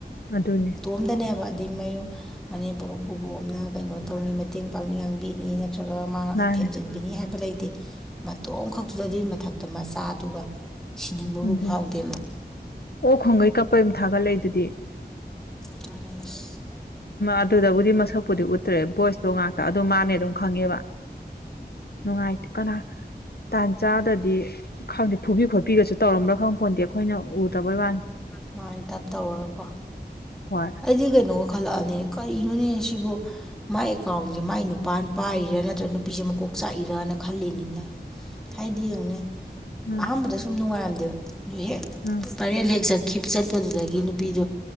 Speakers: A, on the left; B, in the centre.
A: ꯑꯗꯨꯅꯤ
B: ꯣꯝꯗꯅꯦꯕ ꯑꯩ ꯃꯌꯨꯝ ꯃꯅꯦꯝꯄ ꯃꯀꯨꯕꯣꯝꯅ ꯀꯩꯅꯣ ꯇꯧꯅꯤ ꯃꯇꯦꯡ ꯄꯥꯡꯅꯤ ꯉꯥꯡꯕꯤꯅꯤꯅ ꯅꯠꯇ꯭ꯔꯒ ꯃꯥ
A: ꯃꯥꯅꯦ
B: ꯊꯦꯝꯖꯤꯟꯕꯤꯅꯤ ꯍꯥꯏꯕ ꯂꯩꯇꯦ ꯃꯇꯣꯝ ꯈꯛꯇꯨꯗ ꯑꯗꯨꯒꯤ ꯃꯊꯛꯇ ꯃꯆꯥꯗꯨꯒ ꯁꯤꯅꯤꯡꯕꯕꯨ
A: ꯑꯗꯨꯅꯤ
B: ꯐꯥꯎꯗꯦ ꯃꯥ
A: ꯑꯣ ꯈꯣꯡꯒꯩ ꯀꯞꯄꯩ ꯑꯗꯨ ꯊꯥꯒꯠꯂꯛꯏ ꯑꯗꯨꯗꯤ
B: ꯇꯅꯦꯁ
A: ꯑꯗꯨꯗꯕꯨꯗꯤ ꯃꯁꯛꯄꯨꯗꯤ ꯎꯠꯇ꯭ꯔꯦ ꯚꯣꯏꯁꯇꯣ ꯉꯥꯛꯇ ꯑꯗꯨ ꯃꯥꯅꯦ ꯑꯗꯨꯝ ꯈꯪꯉꯦꯕ ꯅꯨꯡꯉꯥꯏꯇꯦ ꯀꯅꯥ ꯇꯥꯟ ꯆꯥꯗꯗꯤ ꯈꯪꯗꯦ ꯐꯨꯕꯤ ꯈꯣꯠꯄꯤꯒꯁꯨ ꯇꯧꯔꯝꯕ꯭ꯔꯥ ꯈꯪꯕ ꯐꯣꯟꯗꯦ ꯑꯩꯈꯣꯏꯅ ꯎꯗꯕꯩ ꯋꯥꯅꯤ
B: ꯁꯨꯃꯥꯏꯅ ꯊꯞ ꯇꯧꯔꯒꯀꯣ
A: ꯍꯣꯏ
B: ꯑꯩꯗꯤ ꯀꯩꯅꯣꯒ ꯈꯜꯂꯛꯑꯅꯤꯅꯦ ꯀꯔꯤꯅꯣꯅꯦ ꯁꯤꯕꯨ ꯃꯥꯥꯏ ꯑꯦꯀꯥꯎꯟꯁꯦ ꯃꯥꯏ ꯅꯨꯄꯥꯅ ꯄꯥꯏꯔꯤꯔꯥ ꯅꯠꯇ꯭ꯔꯒ ꯅꯨꯄꯤꯁꯦ ꯃꯀꯣꯛ ꯆꯥꯛꯏꯔꯅ ꯈꯜꯂꯤꯅꯤꯅꯦ ꯍꯥꯏꯗꯤ ꯌꯦꯡꯉꯨꯅꯦ
A: ꯎꯝ
B: ꯑꯍꯥꯟꯕꯗ ꯁꯨꯝ ꯅꯨꯡꯉꯥꯏꯔꯝꯗꯦꯕ ꯍꯦꯛ
A: ꯎꯝ
B: ꯕꯥꯏꯔꯦꯜ ꯍꯦꯛ ꯆꯠꯈꯤꯕ ꯆꯠꯄꯗꯨꯗꯒꯤ ꯅꯨꯄꯤꯗꫭ